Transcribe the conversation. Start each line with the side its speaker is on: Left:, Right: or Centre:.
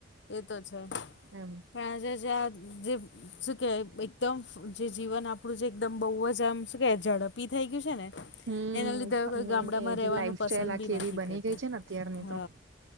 Left: એતો છે.
Right: એમ
Left: પણ આજે જે જે. શું કે, એકદમ જે જીવન આપડું જે એકદમ બહુ જ આમ, શું કે, ઝડપી થઈ ગયું છે ને.
Right: હમ
Left: એના લીધે હવે કોઈ
Right: મેન
Left: ગામડામાં
Right: એજ
Left: રહેવાનું
Right: લાઈફ
Left: પસંદ
Right: સ્ટાઈલ આખી
Left: ભી
Right: એવી
Left: નથી
Right: બની
Left: કરતા.
Right: ગઈ છે ને અત્યારની
Left: હ.
Right: તો